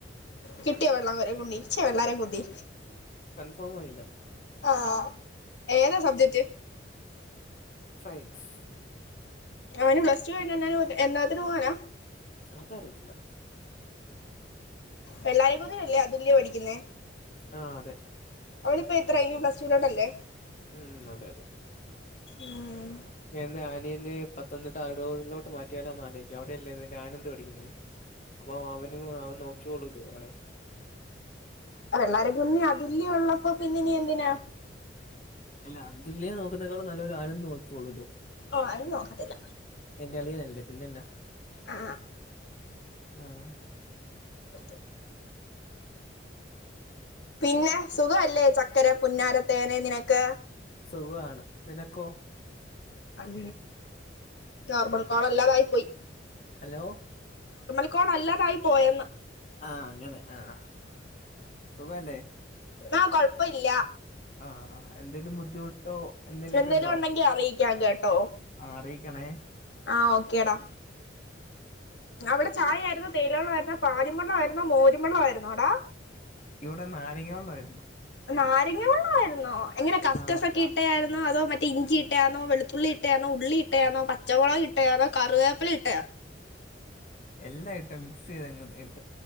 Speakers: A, on the left; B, on the left.
A: കിട്ടിയ വെള്ളം കുരെ കുണ്ടച്ചേ വള്ളാര പൊതി
B: കൺഫേം ആയില്ല
A: ആഹ ഏതാ സബ്ജക്റ്റ്
B: സയൻസ്
A: അവന് പ്ലസ് ടു കഴിഞ്ഞ എന്നാത്തിന് പോകാനാ
B: അത് അറിയത്തില്ല
A: വെള്ളാര കൂന്നര അതുല്യ പഠിക്കുന്നേ
B: ആഹ അതെ
A: അവളിപ്പോൾ എത്ര ഇ പ്ലസ് ടു ഇലോട്ട്ല്ലേ
B: ഉം അതെ അതെ
A: ഉം
B: എന്താ ഇനി പത്തനംതിട്ട അരടൂറിലോട്ട് മാറ്റിയാലോ ഒന്നാലേിക്കും അവിടെയല്ലേ നിന്റെ ആനന്ദ പടിക്കുന്നു അപ്പൊ അവന അവൻ നോക്കിയള്ളല്ലോ അവനെ
A: വള്ളരെ കുന്നി അതി ഉള്ളപ്പോൊ പിന്നിന എന്തിനാ
B: അല്ല അതുല്യ നോക്കുന്നതിനേക്കാൾ നല്ലരു ആനന്ദ് നോക്കോളൂല്ലോ
A: ഓ അ നക്കത്തില
B: എന്റെ അളിയാനല്ലേ പിന്നെന്നാ
A: ആ
B: ആഹ
A: അ പിന്നെ സുഖ അല്ലേ ചക്കര പുന്നാരത്തേനെ നിനക്ക്
B: സുഖാണ് നിനക്കോ
A: ഉം നോർമൽ കോള അല്ലാതായി പോയി
B: ഹലോ
A: നോർമൽ കോൾ അല്ലാതായി പോയെന്ന്
B: ആഹ അങ്ങനെ ആഹ സുഖല്ലേ
A: ആഹ് കൊഴപ്പല്ല
B: ആഹ് ആ എന്തേലും ബുദ്ധിമുട്ടോ എന്തേലുക്കെ
A: എന്തേലും
B: ഉണ്ടോ
A: ഉണ്ടെങ്കി അറിയിക്കാം കേട്ടോ
B: ആറി ക്കണേ
A: ആഹ് ഓക്കേടാ അവിടെ ചായ ആയിരുന്നു തേയിലവെള്ള ആരുന്നോ പാലിമള്ള ആരുന്നോ മോരിമള്ള ആയിരുന്നോ അടാ
B: ഇവടെ നാരങ്ങ വെള്ളമായിരുന്നു.
A: നാരങ്ങ വെള്ളായിരുന്നോ? എങ്ങനെ കസ്കസൊക്കെ
B: ആ
A: ഇട്ട ആയിര് അതോ മറ്റേ ഇഞ്ചിട്ടാന്നോ വെളുത്തുള്ളി ഇട്ടാന്നോ ഉള്ളി ഇട്ടാന്നോ പച്ചമൊളക് ഇട്ടാന്നോ കറിവേപ്പില ഇ
B: എല്ലായിട്ടും മിക്സെയ്തങ്ങ് എടു